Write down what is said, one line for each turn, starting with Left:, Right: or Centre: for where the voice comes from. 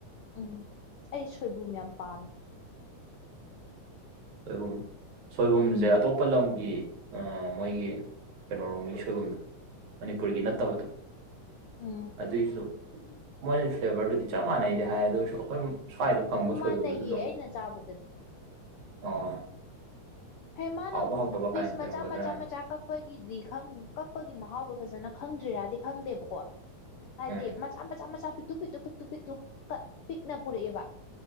Left: ꯎꯝ ꯑꯩ ꯁꯣꯏꯕꯨꯝ ꯌꯥꯝ ꯄꯥꯝꯃꯦ
Right: ꯁꯣꯏꯕꯨꯝ ꯁꯣꯏꯕꯨꯝꯁꯦ
Left: ꯎꯝ
Right: ꯑꯇꯣꯞꯄ ꯑꯇꯄ ꯂꯝꯒꯤ ꯃꯣꯏꯒꯤ ꯀꯩꯅꯣꯔꯣꯝꯒꯤ ꯁꯣꯏꯕꯨꯝꯗꯣ ꯃꯅꯤꯄꯨꯔꯒꯤ ꯅꯠꯇꯕꯗꯣ
Left: ꯎꯝ
Right: ꯑꯗꯨꯏꯁꯨ ꯃꯣꯏꯅꯗꯤ ꯐ꯭ꯂꯦꯕꯔꯗꯨꯗꯤ ꯆꯞ ꯃꯥꯟꯅꯩꯗꯤ ꯍꯥꯏ ꯑꯗꯨ ꯑꯣꯏꯔꯁꯨ ꯑꯩꯈꯣꯏ ꯁ꯭ꯋꯥꯏꯗ ꯐꯪꯕ
Left: ꯃꯥꯟꯅꯩꯌꯦ
Right: ꯁꯣꯏꯕꯨꯝꯁꯨ ꯑꯗꯨꯝ
Left: ꯑꯩꯅ ꯆꯥꯕꯗꯗꯤ
Right: ꯑꯣ
Left: ꯍ ꯃꯥꯅ
Right: ꯍꯥꯎꯕ ꯍꯥꯎꯇꯕ
Left: ꯄꯤꯁ
Right: ꯀꯥꯏꯅ ꯂꯩꯔꯝꯒꯗ꯭ꯔꯅ
Left: ꯃꯆꯥ ꯃꯆꯥ ꯃꯆꯥ ꯀꯛꯄꯒꯤꯗꯤ ꯈꯪ ꯀꯛꯄꯒꯤ ꯃꯍꯥꯎꯗꯣ ꯐꯖꯅ ꯈꯪꯗ꯭ꯔꯤꯔꯗꯤ ꯈꯪꯗꯦꯕꯀꯣ ꯍꯥꯏꯗꯤ
Right: ꯎꯝ
Left: ꯃꯆꯥ ꯃꯆꯥ ꯃꯆꯥ ꯄꯤꯛ ꯄꯤꯇꯨꯛ ꯄꯤꯇꯨꯛ ꯄꯤꯇꯨꯛ ꯀꯠ ꯄꯤꯛꯅ ꯄꯨꯔꯛꯑꯦꯕ